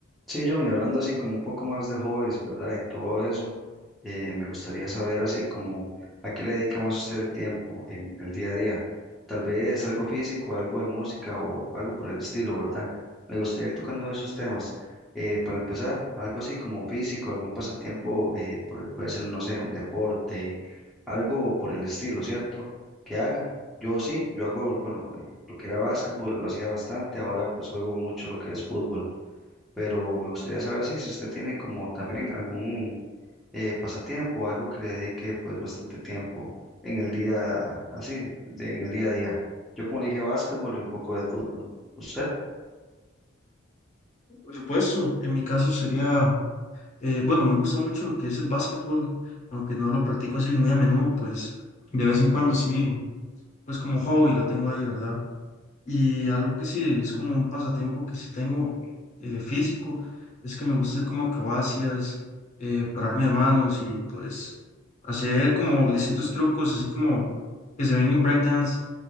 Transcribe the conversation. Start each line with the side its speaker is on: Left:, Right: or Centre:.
Centre: Sí, John, y hablando así como un poco más de hobbies, ¿verdad? Y todo eso, eh, me gustaría saber así como a qué le dedica más usted el tiempo en el día a día. Tal vez algo físico, algo de música o algo por el estilo, ¿verdad? Me gustaría ir tocando esos temas. Eh, para empezar, algo así como físico, algún pasatiempo, eh, por- puede ser, no sé, un deporte, algo por el estilo, ¿cierto? Que haga. Yo sí, yo hago, bueno, eh, lo que era básquetbol lo hacía bastante, ahora pues juego mucho lo que es fútbol pero me gustaría saber así si usted tiene como también algún eh, pasatiempo, algo que le dedique pues bastante tiempo en el día, así, de- en el día a día. Yo como le dije, básquetbol y un poco de fútbol. ¿Usted?
Left: Por supuesto, en mi caso sería, eh, bueno, me gusta mucho lo que es el básquetbol, aunque no lo practico así muy a menudo, pues de vez en cuando sí, pues como hobby lo tengo ahí, ¿verdad? Y algo que sí es como un pasatiempo que sí tengo eh, físico, es que me gusta hacer como acrobacias, eh, pararme de manos y pues hacer como distintos trucos, así como que se ven en breakdance.